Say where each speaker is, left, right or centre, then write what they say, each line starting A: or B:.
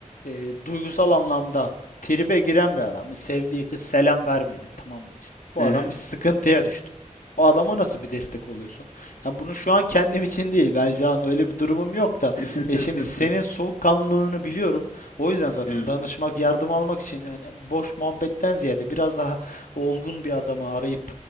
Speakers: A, on the left; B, on the left.
A: e, duygusal anlamda tribe giren bir adam, sevdiği kız selam vermedi. Tamam mı? Bu
B: Hı
A: adam bir sıkıntıya düştü. O adama nasıl bir destek oluyorsun? Ya bunu şu an kendim için değil. Ben şu an öyle bir durumum yok da.
B: <laughs>
A: E şimdi senin soğukkanlılığını biliyorum. O yüzden zaten
B: Evet.
A: danışmak, yardım almak için yani boş muhabbetten ziyade biraz daha olgun bir adamı arayıp